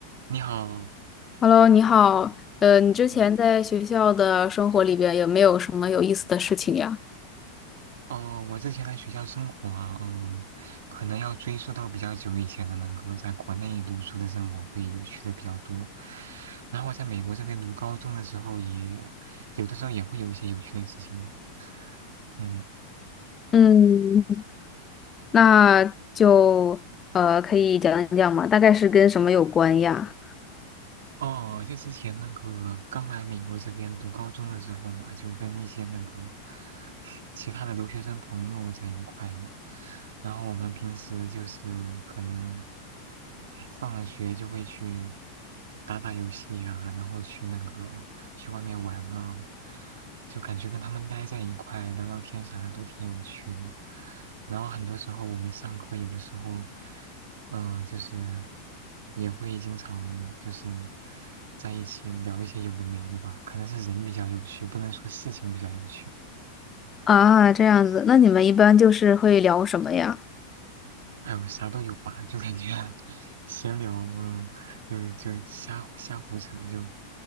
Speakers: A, on the right (about 60°); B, on the left (about 20°).
A: 你好，
B: Hello，你好。呃，你之前嗯在学校的生活里边有没有什么有意思的事情呀？
A: 嗯，哦，我之前在学校生活啊，嗯，可能要追溯到比较久以前的那个在国内读书的生活会有趣的比较多。然后我在美国这边读高中的时候也，有的时候也会有一些有趣的事情的，嗯。
B: 嗯那就呃，可以讲一讲吗？大概是跟什么有关呀？
A: 哦，就之前那个刚来美国这边读高中的时候嘛，就跟一些那个其他的留学生朋友在一块嘛，然后我们平时就是可能放了学就会去打打游戏呀、然后去那个去外面玩啊，就感觉跟他们待在一块聊聊天啥的都挺有趣的。然后很多时候我们上课有的时候，嗯、就是也会经常就是在一起聊一些有的没的吧，可能是人比较有趣，不能说事情比较有趣。
B: 啊，这样子，那你们一般就是会聊什么呀？
A: 哎我啥都有吧，就感觉 <laughs> 闲聊，嗯，就就瞎瞎胡扯，就